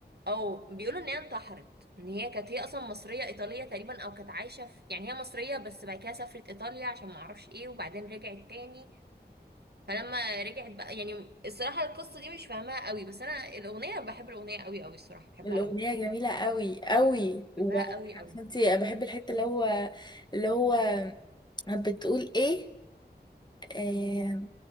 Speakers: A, on the right; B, on the left.
A: او بيقولوا ان هي انتحرت ان هي كانت هي اصلا مصريه ايطاليه تقريبا او كانت عايشه في يعني هي مصريه بس بعد كده سافرت ايطاليا عشان ما اعرفش ايه وبعدين رجعت تاني فلما رجعت بقى يعني الصراحه القصه دي مش فاهماها قوي بس انا الاغنيه بحب الاغنيه قوي قوي الصراحه بحبها
B: الأغنية
A: قوي
B: جميلة قوي قوي
A: بحبها
B: وعارفة
A: قوي قوي
B: انتي بحب الحتة اللي هو اللي هو بتقول ايه آه،